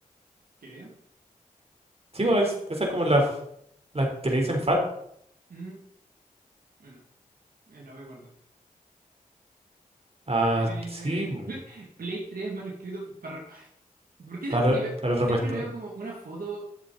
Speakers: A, on the right (about 75°); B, on the right (about 40°).
A: Creo.
B: Sí, bo, es, esa es como la, f- la que le dicen FAT.
A: Mm, bueno, eh, la voy a guardar.
B: Ah,
A: ¿Qué opináis
B: sí,
A: de
B: bo,
A: <laughs> Play 3 mal escrito para... Ay, ¿Por qué
B: para,
A: siempre que ve-
B: para el
A: siempre
B: repuesto.
A: veo como una foto